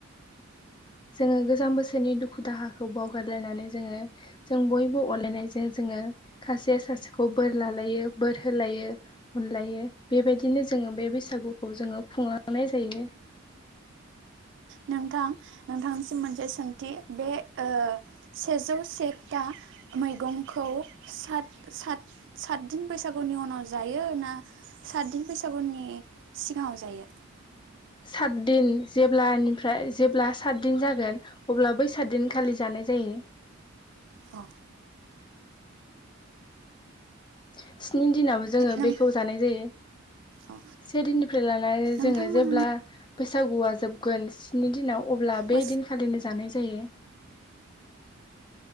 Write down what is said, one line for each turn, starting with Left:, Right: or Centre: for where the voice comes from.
Left: जोङो गोजाम बोसोरनि दुखु दाहाखौ बावगारलायनानै जोङो जों बयबो अनलायनायजों जोङो खासेया सासेखौ बोर लालायो बोर होलायो अनलायो बेबायदिनो जोङो बे बैसागुखौ जोङो खुंलांनाय जायो
Right: नोंथां नोंथांनिसिम मोनसे सोंथि बे ओ सेजौ से था मैगंखौ सात सात सातदिन बैसागुनि उनाव जायो ना सातदिन बैसागुनि सिगाङाव जायो
Left: सातदिन जेब्लानिफ्राय जेब्ला सातदिन जागोन अब्ला बै सातदिन खालि जानाय जायो
Right: अ
Left: <inaudible> स्नि दिनाव जोङो
Right: नों
Left: बेखौ जानाय जायो
Right: अ
Left: से दिननिफ्राय लानानै
Right: नोंथांमोननि
Left: जोङो जेब्ला बैसागुआ जोबगोन स्नि दिनाव अब्ला बे
Right: मोस
Left: दिनखालिनो जानाय जायो जायो